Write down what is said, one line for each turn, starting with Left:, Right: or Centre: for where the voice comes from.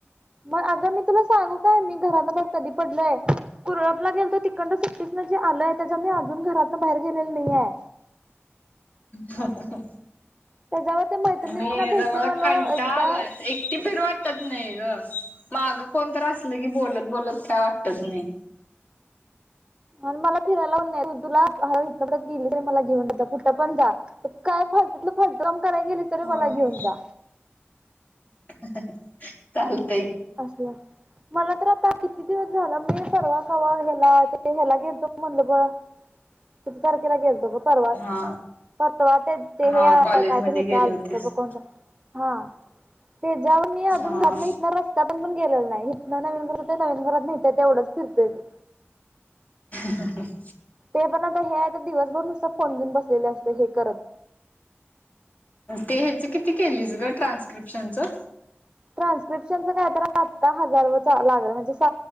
Right: मग अगं मी तुला सांगू काय मी घरान मर कधी पडलय कुरपला गेल तो तिकंड सुट्टीसन. आलोय त्याच्या मी अजून घरातलं बाहेर गेलेल नाहीेये.
Left: ह ह ह.
Right: त्याच्यावर. ते मैत्रिणींना
Left: नाही
Right: भेटून
Left: ज मला
Right: आलो
Left: कंटाळा
Right: एकदा
Left: आलाय एकटी फिर वाटतात नाही ग माग कोणत असल की बोलत बोलत काय वाटत नाही.
Right: आणि मला फिरायलाऊ तुला गेली तरी मला घेऊन कुठं पण जा काय फत त्यातलं फस्टड्रम करायला गेली तरी
Left: होय.
Right: मला घेऊन जा.
Left: हं हं हा चाल
Right: असलं मला तर आता कि. किती दिवस झाला मी परवा कवा हला ते ह्याला गेलतो म्हणल ब किती तारखेला गेलतो ग परवा.
Left: हा
Right: परवा ते ते
Left: हा
Right: हे या
Left: कॉलेजमध्ये
Right: कायतर होतल
Left: गेले होतीस.
Right: ब कोणत हा. ते जवर मी अजून
Left: हा
Right: घरातलं इतल्या रस्ता. आपण पण गेलेला नाही नाय हितन नवीन घरातन नवीन घरात हित तेवढंच फिरतोय मी.
Left: ह ह
Right: ते पण आता हे आहे, दिवसभर नुसत फोन घेऊन बसलेले असते हे करत.
Left: ते ह्याच किती केलीस ग ट्रान्स्क्रिप्शनचं.
Right: ट्रान्स्क्रिप्शनच काय तर आत्ता हजार व लागलं म्हणजे